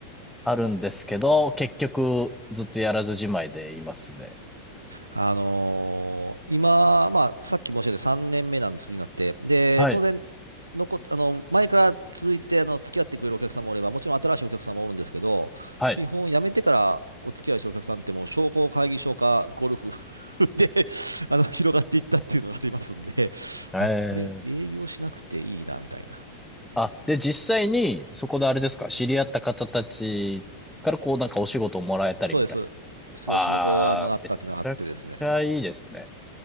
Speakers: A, in the centre; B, on the right (about 80°).
A: あるんですけど、結局ずっとやらずじまいでいますね。
B: あのー今、まあ、さっき申し上げた3年目なんです、フリーになって。で、
A: はい。
B: 当然、残っ、あの、前から続いて、あの、付き合ってくれるお客さんもおれば、もちろん新しいお客さんもおるんですけど、
A: はい。
B: 基本辞めてからお付き合いしてるお客さんってもう商工会議所かゴルフ <laughs> で、あの、広がっていったっていうのがありますんで、
A: え
B: あ、これ営業しなくていいな、
A: え。
B: みたいな。
A: あ、で、実際に、そこであれですか、知り合った方たちからこうなんかお仕事をもらえたりみたい
B: そうです。そう、
A: な。ああ、
B: 仕事、あの、なったっていうのがあってですね。
A: めちゃくちゃいいですね。